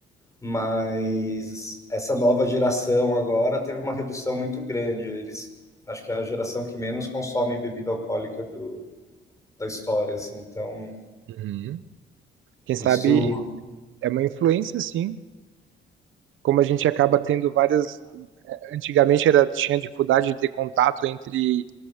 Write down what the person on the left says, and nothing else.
mas essa nova geração agora teve uma redução muito grande. Eles acho que é a geração que menos consome bebida alcoólica do, da história, assim. Então,
isso